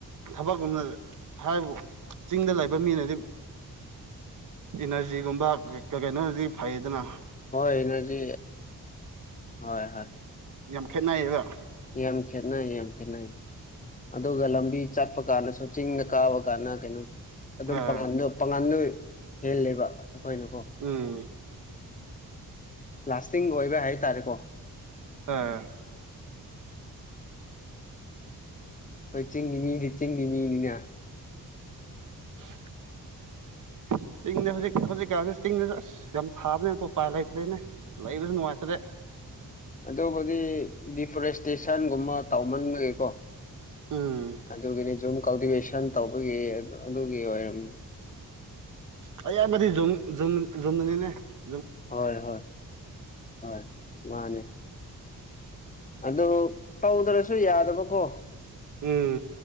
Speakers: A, on the right; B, on the left.
A: ꯊꯕꯛꯀꯨꯝꯅ ꯍꯥꯏꯕꯨ ꯆꯤꯡꯗ ꯂꯩꯕ ꯃꯤꯅꯗꯤ ꯏꯅꯔꯖꯤꯒꯨꯝꯕ ꯀꯩꯅꯣꯗꯤ ꯐꯩ ꯑꯗꯨꯅ
B: ꯍꯣꯏ ꯅꯣꯏꯖꯤ ꯍꯣꯏ ꯍꯣꯏ
A: ꯌꯥꯝ ꯈꯦꯠꯅꯩꯌꯦꯕ
B: ꯌꯥꯝ ꯈꯦꯠꯅ ꯌꯥꯝ ꯈꯦꯠꯅꯩ ꯑꯗꯨꯒ ꯂꯝꯕꯤ ꯆꯠꯄ ꯀꯥꯟꯗꯁꯨ ꯆꯤꯡꯗ ꯀꯥꯕ ꯀꯥꯟꯗ ꯀꯩꯅꯣ ꯑꯗꯨꯝ
A: ꯑꯥ
B: ꯄꯥꯉꯜꯗ ꯄꯥꯉꯜꯗꯣ ꯍꯦꯜꯂꯦꯕ ꯑꯩꯈꯣꯏꯅꯀꯣ
A: ꯎꯝ
B: ꯂꯥꯁꯇꯤꯡ ꯑꯣꯏꯕ ꯍꯥꯏꯇꯥꯔꯦꯀꯣ
A: <unintelligible>
B: ꯑꯩꯈꯣꯏ ꯆꯤꯡꯒꯤ ꯃꯤꯗꯤ ꯆꯤꯡꯒꯤ ꯃꯤꯅꯤꯅ
A: <inaudible> ꯆꯤꯡꯗ ꯍꯧꯖꯤꯛ ꯍꯧꯖꯤꯛꯀꯥꯟꯁꯤ ꯆꯤꯡꯗꯁꯨ ꯑꯁ ꯌꯥꯝ ꯁꯥꯕꯅꯦꯅꯀꯣ ꯎꯄꯥꯏ ꯂꯩꯇ꯭ꯔꯦꯅꯦ ꯂꯩꯏꯕꯁꯨ ꯅꯨꯉꯥꯏꯇ꯭ꯔꯦ
B: ꯑꯗꯨꯕꯨꯗꯤ ꯗꯤꯐꯣꯔꯦꯁꯇꯦꯁꯟꯒꯨꯝꯕ ꯇꯧꯃꯟꯕꯒꯤꯀꯣ
A: ꯎꯝ
B: ꯑꯗꯨꯒꯤꯅꯤ ꯖꯨꯝ ꯀꯜꯇꯤꯚꯦꯁꯟ ꯇꯧꯕꯒꯤ ꯑꯗꯨꯒꯤ ꯑꯣꯏꯔꯝ
A: <unintelligible> ꯗꯅꯤꯅꯦ
B: ꯍꯣꯏ ꯍꯣꯏ ꯍꯣꯏ ꯃꯥꯅꯦ ꯑꯗꯨ ꯇꯧꯗ꯭ꯔꯁꯨ ꯌꯥꯗꯕꯀꯣ
A: ꯎꯝ